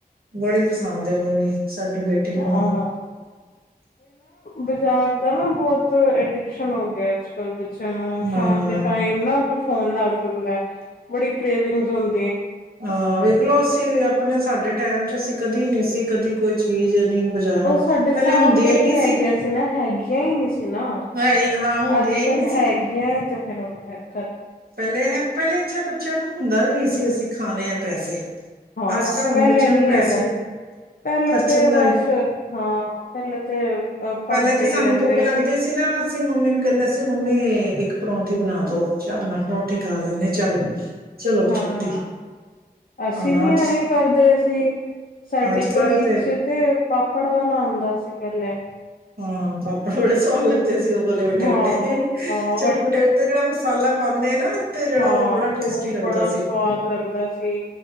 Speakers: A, on the right (about 65°); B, on the left (about 60°).
A: ਬੜੀ ਪਸੰਦ ਐ ਉਹਨੂੰ ਵੀ, ਸਾਡੀ ਬੇਟੀ
B: ਹਾਂ
A: ਨੂੰ ਵੀ।
B: ਬਜ਼ਾਰ ਦਾ ਨਾ, ਬਹੁਤ ਅਡਿਕਸ਼ਨ ਹੋ ਗਿਆ ਅੱਜਕੱਲ੍ਹ ਚਲੋ ਸ਼ਾਮ
A: ਹਾਂ
B: ਦੇ ਟਾਈਮ ਨਾ, ਕੁਛ ਹੋਣ ਲੱਗ ਜਾਂਦਾ ਬੜੀ ਕਰੇਵਿੰਗਜ ਹੁੰ
A: ਆਂ ਵੇਖਲੋ ਅਸੀਂ ਆਪਣੇ ਸਾਡੇ ਟਾਈਮ ਚ ਅਸੀਂ ਕਦੀ ਨੀ ਸੀ, ਕਦੀ ਕੋਈ ਚੀਜ਼ ਨੀ ਬਜ਼ਾਰੋਂ,
B: ਉਹ ਸਾਡੇ ਸਾਹਮਣੇ
A: ਪਹਿਲੇ ਹੁੰਦੀਆਂ ਹੀ ਨੀ
B: ਹੈਗੀਆਂ
A: ਸੀ।
B: ਨਾ ਹੈਗੀਆਂ ਹੀ ਨਹੀਂ ਨਾ,
A: ਹੈ ਹਾਂ ਹੁੰਦੀਆਂ
B: ਅੱਜ
A: ਹੀ
B: ਕੱਲ
A: ਨਹੀਂ ਸੀ
B: ਹੈਗੀਆਂ ਤੇ ਫਿਰ ਉਹ ਫਿਰ
A: ਪਹਿਲੇ, ਪਹਿਲੇ ਅੱਛੇ ਬੱਚਿਆਂ ਨੂੰ ਹੁੰਦਾ ਵੀ ਨਹੀਂ ਸੀ, ਅਸੀਂ ਖਾਨੇ ਆ। ਪੈਸੇ।
B: ਹਾਂ,
A: ਅੱਜ ਕੱਲ੍ਹ ਹੁਣ
B: ਪਹਿਲੇ
A: ਬੱਚਿਆਂ
B: ਨੀ
A: ਨੂੰ ਪੈਸੇ
B: ਹੈਗਾ ਸੀ ਪਹਿਲੇ
A: ਖਰਚਣ
B: ਤੇ
A: ਦਾ
B: ਬਸ
A: ਵੀ
B: ਹਾਂ ਪਹਿਲੇ ਤੇ ਪੜ੍ਹਦੇ
A: ਪਹਿਲਾਂ ਤਾਂ ਸਾਨੂੰ
B: ਹੀ ਰਹਿੰਦੇ
A: ਭੁੱਖ ਲੱਗਦੀ ਸੀ ਨਾ, ਅਸੀਂ ਮੰਮੀ ਨੂੰ ਕਹਿੰਦੇ ਸੀ। ਤੁਸੀਂ ਮੰਮੀ ਇੱਕ ਪਰੌਂਠੀ ਬਣਾ ਦੋ। ਚਾਰ ਨਾਲ ਪਰੋਂਠੀ ਖਾ ਲੈਂਦੇ ਚਲੋ। ਚਲੋ
B: ਹਮ,
A: ਛੁੱਟੀ
B: ਅਸੀਂ
A: ਹੁਣ
B: ਵੀ
A: ਅੱਜ
B: ਐਵੇਂ ਕਰਦੇ ਸੀ, ਸਾਡੀ
A: ਅੱਜ ਕੱਲ
B: ਗਲੀ ਚ ਤੇ ਪਾਪੜ ਵਾਲਾ ਆਂਦਾ ਸੀ। ਪਹਿਲੇ
A: ਹਾਂ, ਪਾਪੜ ਬੜੇ ਸੁਆਦ ਲਗਦੇ। ਤੇ ਅਸੀ ਉਹ ਵਾਲੇ ਵੱਡੇ
B: ਹਾਂ
A: ਵੱਡੇ
B: ਹਾਂ
A: ਚਟਪਟੇ ਉੱਤੇ, ਜਿਹੜਾ ਮਸਾਲਾ ਪਾਉਂਦੇ ਆ ਨਾ। ਉੱਤੇ ਜਿਹੜਾ
B: ਹਮ,
A: ਉਹ ਬੜਾ ਟੇਸਟੀ
B: ਉਹ
A: ਲੱਗਦਾ
B: ਬੜਾ
A: ਸੀ
B: ਸਵਾਦ ਲੱਗਦਾ ਸੀ